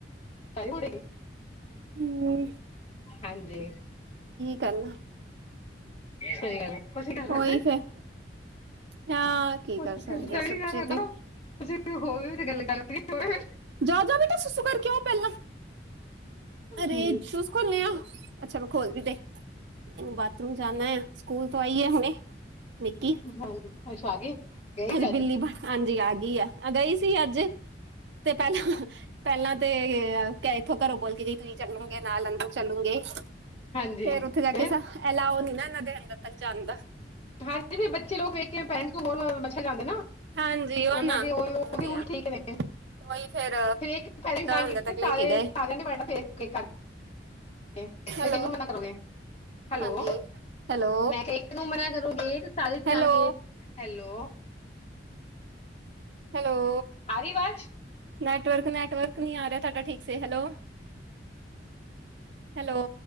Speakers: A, on the left; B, on the right.
A: ਹਡਗੇ <unintelligible> <unintelligible>
B: ਹਮ
A: ਹਾਂਜੀ,
B: ਕਰਨਾ
A: ਸਹੀ ਗੱਲ ਕੁਛ ਐ, ਕਰ ਨਈ ਕਰ ਸਕਦੇ
B: ਉਹੀ ਫੇਰ ਹਾਂ, ਕੀ
A: ਕੁਛ
B: ਕਰ ਸਕਦੇ ਆ ਸੱਚੇ ਤੇ,
A: ਤੇ ਹੋਰ ਗੱਲ -ਗੱਲ ਤੇ ਹੋਵੇ <unintelligible>
B: ਜਾਉ -ਜਾਓ ਬੇਟਾ, ਸੱਸੂ ਕਰ ਕੇ ਆਓ ਪਹਿਲਾਂ। ਅਰੇ
A: ਹਾਂਜੀ
B: ਸੂਸ ਕੌ ਨਿਆਂ, ਅੱਛਾ ਫਿਰ ਖੋਲਦੇ ਵੀ ਦੇ ਇਨੇ ਬਾਥਰੂਮ ਜਾਣਾ ਏ, ਸਕੂਲ ਤੋਂ ਆਈ ਏ ਹੁਣੇ ਨਿੱਕੀ
A: ਹਾਂਜੀ, ਅਛਾ ਆ ਗਏ, ਗਈ ਸੀ ਅੱਜ?
B: ਬਿੱਲੀ ਬਣ ਹਾਂਜੀ, ਆ ਗਈ ਆ ਗਈ ਸੀ। ਅੱਜ ਤੇ ਪਹਿਲਾ-ਪਹਿਲਾਂ ਤੇ ਇੱਥੋਂ ਘਰੋਂ ਬੋਲਦੀ ਗਈ, ਤੁਹੀ ਚੱਲੋ ਕਿ, ਨਾਲ ਅੰਦਰ ਚਲੂਗੇ,
A: ਹਾਂਜੀ
B: ਫੇਰ
A: ਫਿਰ
B: ਉੱਥੇ ਜਾ ਕੇ ਸ ਐਲਾਓ ਨਈ ਨਾ ਇਹਨਾਂ ਦੇ, ਅੰਦਰ ਤੱਕ ਜਾਣ ਦਾ
A: ਹਾਂਜੀ, ਵੀ ਬੱਚੇ ਲੋਕ ਵੇਖ ਕੇ ਭੈਣ ਕੋ ਬੋਲ, ਮੱਛਰ ਜਾਂਦੇ ਨਾ
B: ਹਾਂਜੀ ਉਹ
A: ਉਨਾਂ
B: ਨਾ
A: ਦੀ ਉਹ-ਉਹ
B: ਉਹ
A: ਵੀ
B: ਤੇ
A: ਰੂਲ
B: ਆ
A: ਠੀਕ ਨੇ ਫਿਰ
B: ਉਹੀ ਫੇਰ
A: <unintelligible> ਕੀਤਾ ਸਾਰੇ ਸਾਰਿਆਂ
B: ਅੰਦਰ ਤੱਕ ਲੈ ਕੇ ਗਏ
A: ਨੇ <unintelligible> ਕੀਤਾ <inaudible> ਫਿਰ
B: ਹੈਲੋ
A: ਕਿਨੂੰ ਮਨਾ ਕਰੋਗੇ, ਹੈਲੋ
B: ਹਾਂਜੀ ਹੈਲੋ
A: ਮੈਂ ਕਿ, ਕਿਨੂੰ ਮਨਾ ਕਰੋਗੇ, ਤੇ ਸਾਰੇ
B: ਹੈਲੋ
A: ਟਲ ਗਏ ਹੈਲੋ
B: ਹੈਲੋ
A: ਆ ਰਹੀ ਵਾਜ਼?
B: ਨੈਟਵਰਕ -ਨੈਟਵਰਕ ਨਈ ਆ ਰਿਹਾ, ਤੁਹਾਡਾ ਠੀਕ ਸੇ ਹੈਲੋ ਹੈਲੋ